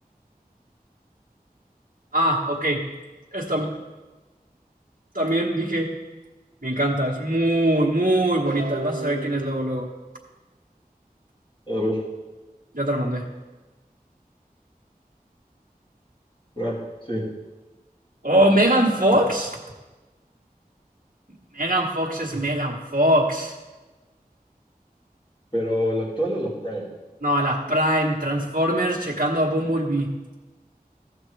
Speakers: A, on the right (about 60°); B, on the left (about 30°).
A: Ah, ok. Esta también dije, me encanta, es muy, muy bonita. Vas a saber quién es luego, luego.
B: A ver,
A: Ya te la mandé.
B: ah, sí.
A: Oh, Megan Fox. Megan Fox es Megan Fox.
B: Pero la actual o la Prime.
A: No, la Prime, Transformers checando a Bumblebee.